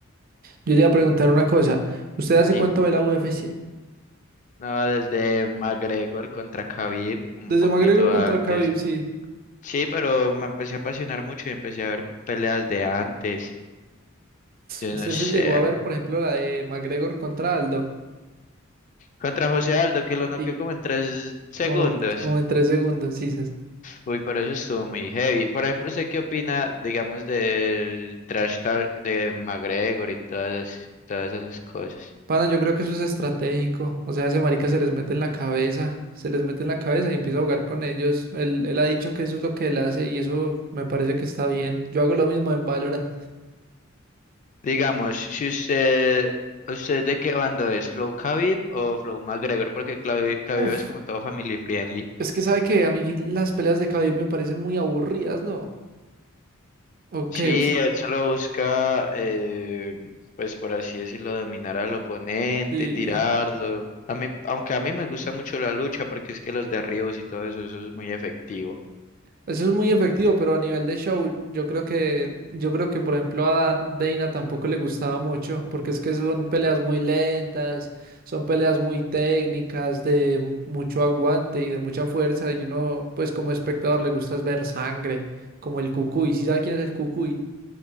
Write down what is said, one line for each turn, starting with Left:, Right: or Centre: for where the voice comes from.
Right: yo le iba a preguntar una cosa. ¿Usted hace
Left: sí,
Right: cuánto ve la UFC?
Left: no, desde McGregor contra Khabib, un
Right: Desde
Left: poquito
Right: McGregor
Left: antes.
Right: contra Khabib, sí.
Left: Sí, pero me empecé a apasionar mucho y empecé a ver peleas de antes. Yo
Right: ¿Usted
Left: no sé.
Right: se llegó a ver, por ejemplo, la de McGregor contra Aldo?
Left: Contra José Aldo, que lo noqueó
Right: Sí.
Left: como en tres segundos.
Right: Como, como en tres segundos, sí. sí.
Left: Uy, pero eso estuvo muy heavy. Por ejemplo, ¿usted qué opina, digamos, del trash talk de McGregor y todas esas, todas esas cosas?
Right: Pana, yo creo que eso es estratégico. O sea, ese marica se les mete en la cabeza, se les mete en la cabeza y empieza a jugar con ellos. Él, él ha dicho que eso es lo que él hace y eso me parece que está bien. Yo hago lo mismo en Valorant.
Left: Digamos, si usted, ¿usted de qué bando es? ¿Flow Khabib o Flow McGregor? Porque Khabib Khabib
Right: Uf,
Left: es como todo family friendly.
Right: es que sabe que a mí las peleas de Khabib me parecen muy aburridas, ¿no? Ok,
Left: Sí,
Right: us-
Left: él solo busca, eh, pues por así decirlo, dominar al oponente,
Right: sí.
Left: tirarlo. A mí, aunque a mí me gusta mucho la lucha porque es que los derribos y todo eso, eso es muy efectivo.
Right: Eso es muy efectivo, pero a nivel de show, yo creo que, yo creo que por ejemplo a Dana tampoco le gustaba mucho, porque es que son peleas muy lentas, son peleas muy técnicas, de mucho aguante y de mucha fuerza, y uno, pues como espectador, le gusta es ver sangre, como el Cucuy. ¿Sí sabe quién es el Cucuy?